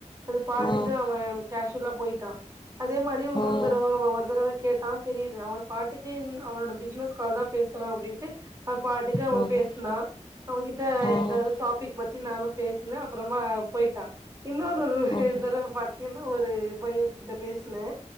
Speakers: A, on the right (about 25°); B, on the left (about 35°).
A: அது பாட்டுக்கு
B: ம்
A: அவன் காேஷுவலா போயிட்டான் அதே மாரி உன்னொரு
B: ம்
A: தடவ ஒரு தடவ கேட் நா செரி அவன் பாட்டுக்கு அவனோட பிஸ்னஸ் கால் தான் பேசுறான் அப்டின்ட்டு அவன் பாட்டுக்கு அவன்
B: ம்
A: பேசுனா அவன்கிட்ட
B: ம்
A: எதாவது டாபிக் பத்தி நானு பேசுனே அப்புறமா போயிட்டா இன்னொரு
B: ம்
A: தடவ பாத் என்ன ஒரு பையன் கிட்ட பேசுனே